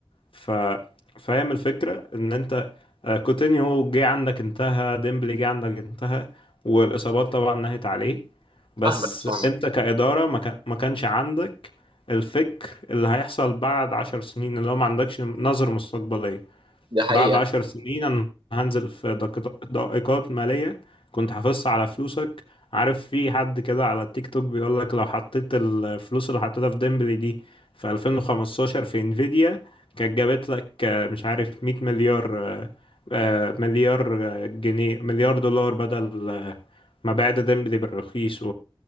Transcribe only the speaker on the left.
ف فاهم الفكرة ان انت آه، كوتينيو جه عندك انتهى ديمبلي جه عندك انتهى والاصابات طبعا نهت عليه بس
انت
كإدارة ما كا- ما كانش عندك الفكر اللي هيحصل بعد عشر سنين اللي هو ما عندكش نظرة مستقبلية
بعد عشر سنين أنا هنزل في دقيق- دقيقات مالية كنت حافظها على فلوسك عارف في حد كده على التيك توك بيقول لك لو حطيت الفلوس اللي حطيتها في ديمبلي دي في 2015 في انفيديا كانت جابت لك آه، مش عارف 100 مليار آه، آه، مليار آه، جنيه مليار دولار بدل آه، ما بعد ديمبلي بالرخيص